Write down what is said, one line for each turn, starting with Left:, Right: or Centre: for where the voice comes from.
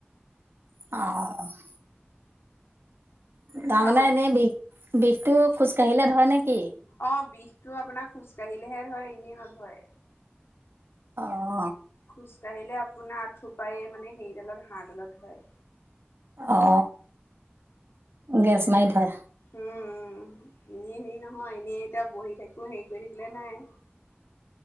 Right: অ তাৰমানে
Left: এ নহ'ব
Right: এনেই বিষ বিষটো খোজকাঢ়িলে ধয়ে নেকি
Left: অ বিষটো আপোনাৰ খোজ কাঢ়িলেহে ধয় এনেই নধই
Right: অ
Left: খোজকাঢ়িলে আপোনাৰ আথোপাই মানে হেৰিডালত হাঁড়ডালত ধয়
Right: অ গেছ মাই ধয়
Left: উ উম এনেই হেৰি নহয় এনেই এতিয়া বহি থাকো হেৰি কৰি থাকিলে নাই